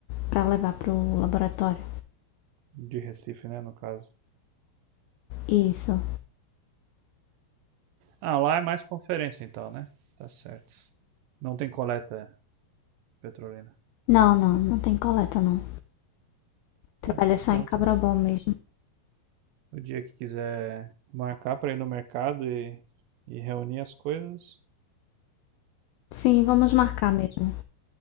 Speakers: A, on the left (about 80°); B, on the right (about 80°).
A: pra levar pro laboratório.
B: De Recife, né, no caso.
A: Isso.
B: Ah, lá é mais conferência então, né? Tá certo. Não tem coleta, Petrolina.
A: Não, não, não tem coleta não. Trabalha
B: Ah, então
A: só
B: pronto.
A: em Cabrobó mesmo.
B: O dia que quiser marcar para ir no mercado e, e reunir as coisas.
A: Sim, vamos marcar mesmo.